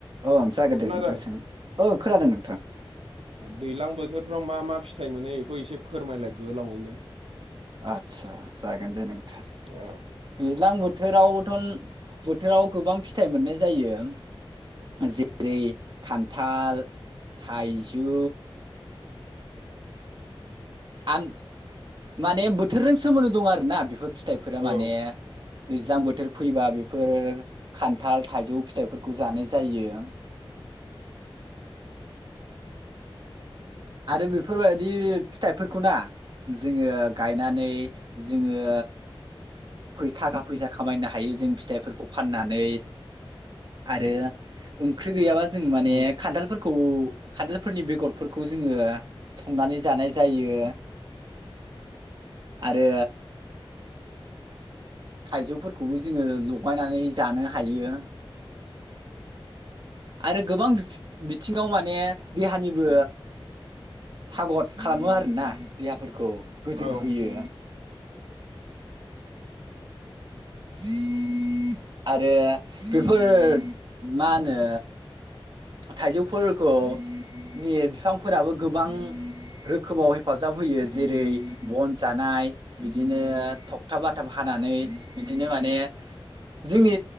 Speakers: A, on the right; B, on the right.
A: औ जागोन
B: खोनादों
A: दे नोंथां सों ओं खोनादों नोंथां।
B: दैलां बोथोरफ्राव मा मा फिथाइ मोनो बेखौ एसे फोरमायलाय गोलावैनो।
A: आतसा जागोन दे नोंथां
B: ओ,
A: दैज्लां बोथोरावथ'न बोथोराव गोबां फिथाइ मोननाय जायो। जेरै खान्थाल, थाइजौ, आन माने बोथोरजों सोमोन्दो दं आरोना बेफोर फिथाइफोरा
B: औ
A: माने दैज्लां बोथोर फैबा बेफोर खान्थाल थाइजौ फिथाइफोरखौ जानाय जायो। आरो बेफोरबायदि फिथाइफोरखौ ना जोङो गायनानै जोङो फै-थाखा फैसा खामायनो हायो जों फिथाइफोरखौ फाननानै। आरो ओंख्रि गैयाबा जों माने
B: उम
A: खान्थालफोरखौ खान्थालफोरनि बेगरफोरखौ जोङो संनानै जानाय जायो।
B: आसा <unintelligible>
A: आरो थाइजौफोरखौबो जोङो लगायनानै जानो हायो। आरो गोबां बि-बिथिङाव माने देहानिबो थागद खालामो आरोना देहाफोरखौ। गोजोन
B: औ
A: होयो। ह <unintelligible> आरो बेफोर मा होनो थाइजौफोरखौ नि बिफांफोराबो गोबां रोखोमाव हेफाजाब होयो जेरै बन जानाय बिदिनो थगथाब बाथाब हानाय हानानै बिदिनो माने जोंनि